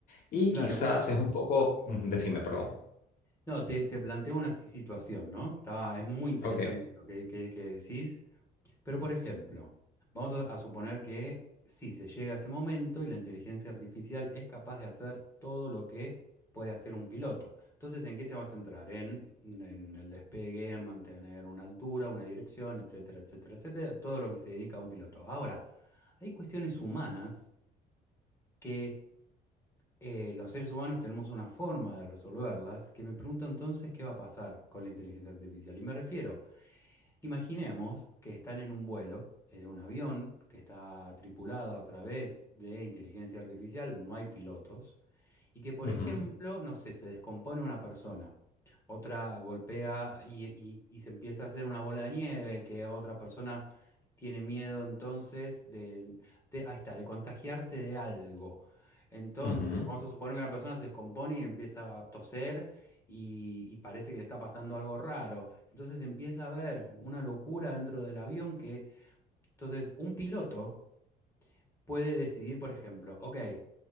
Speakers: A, on the left; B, on the left.
A: Y
B: claro,
A: quizás
B: mira,
A: es un poco, ujú, decime, perdón.
B: No, te, te planteo una si- situación, ¿no? Estaba, es muy interesante
A: Ok.
B: lo que, que, que decís. Pero, por ejemplo, vamos a, a suponer que si se llega a ese momento y la inteligencia artificial es capaz de hacer todo lo que puede hacer un piloto. Entonces, ¿en qué se va a centrar? En, en el despegue, en mantener una altura, una dirección, etcétera, etcétera, etcétera, todo lo que se dedica a un piloto. Ahora, hay cuestiones humanas que eh, los seres humanos tenemos una forma de resolverlas, que me pregunto entonces qué va a pasar con la inteligencia artificial. Y me refiero, Imaginemos que están en un vuelo en un avión que está tripulado a través de inteligencia artificial, no hay pilotos, y que, por
A: Ujú,
B: ejemplo, no sé, se descompone una persona, otra golpea y, y- y se empieza a hacer una bola de nieve, que otra persona tiene miedo entonces de, de- ahí está, de contagiarse de algo. Entonces,
A: ujú.
B: vamos a suponer que una persona se descompone y empieza a toser y y parece que le está pasando algo raro. Entonces empieza a haber una locura dentro del avión que, entonces, un piloto puede decidir, por ejemplo, ok,